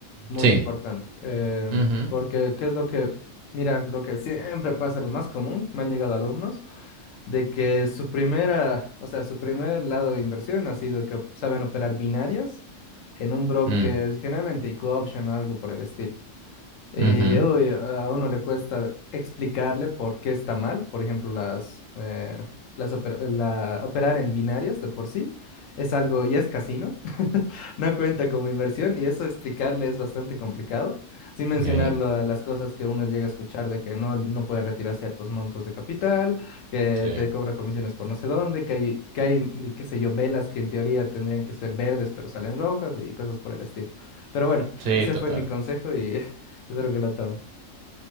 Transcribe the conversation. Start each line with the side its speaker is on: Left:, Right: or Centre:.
Left: Muy
Right: Sí.
Left: importante. em,
Right: Ujú.
Left: porque, ¿qué es lo que, mira, lo que siempre pasa, lo más común, me han llegado alumnos, de que su primera, o sea, su primer lado de inversión ha sido que op- saben operar binarias en un broker,
Right: Mm.
Left: generalmente y option o algo por el estilo. Y
Right: Ujú.
Left: uy, a uno le cuesta explicarle por qué está mal. Por ejemplo, las, eh, las opera- la, operar en binarias de por sí es algo y es casino. <laughs> No cuenta como inversión y eso explicarle es bastante complicado. Sin mencionar
Right: Sí.
Left: lo- las cosas que uno llega a escuchar de que no, no puede retirar ciertos montos de capital, que
Right: Sí.
Left: te cobra comisiones por no sé dónde, que hay, que hay, qué sé yo, velas que en teoría tendrían que ser verdes pero salen rojas y cosas por el estilo. Pero bueno.
Right: Sí,
Left: Ese
Right: total.
Left: fue mi consejo y <laughs> Espero que lo tome.